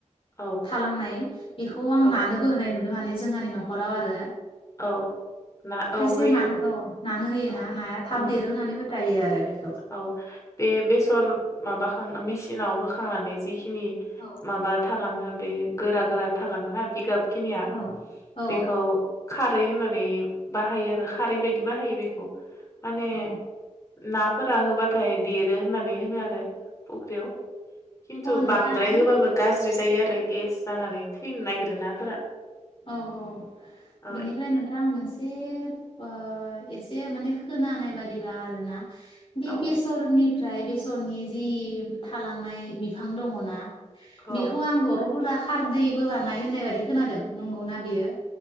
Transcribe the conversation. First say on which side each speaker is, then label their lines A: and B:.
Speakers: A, on the left (about 25°); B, on the left (about 45°).
A: औ
B: थालांनाय बेखौ आं
A: औ
B: नानोबो होनाय नु नुदों माने जोंहानि न'खराव आरो
A: औ ना
B: खायसेया
A: औ होयो
B: नानो औ नानो होयोना
A: औ
B: नाया थाब
A: उम
B: देरो होननानै फोथ दायो आरो बे
A: औ बे बेसर माबा खांना मेसिनाव होखांनानै जिखि नि
B: औ
A: माबा थालाङो बे गोरा गोरा थालाङोना बिगाब खिनिया
B: औ औ
A: बेखौ खार खारै होननानै बाहायो आरो खारै बायदि बाहायो बेखौ माने
B: औ
A: ना ना होबाथाय दे देरो होननानै होनो आरो फख्रिआव खिनथु
B: औ अ नोंथां
A: बांद्राय होबाबो गाज्रि जाय जायो आरो गेस जानानै थैनो नागिरो नाफोरा
B: औ औ
A: औ
B: बेनिफ्राय नोंथां मोनसे ओ एसे माने खोनानाय बादिब्ला आरोना बे
A: औ
B: बेसरनि ओमफ्राय बेसरनि जि थालांनाय बिफां दङ ना
A: औ
B: बेखौ आं बर'फोरा खारदैबो बानायो होननाय बायदि खोनादों नंगौना बेयो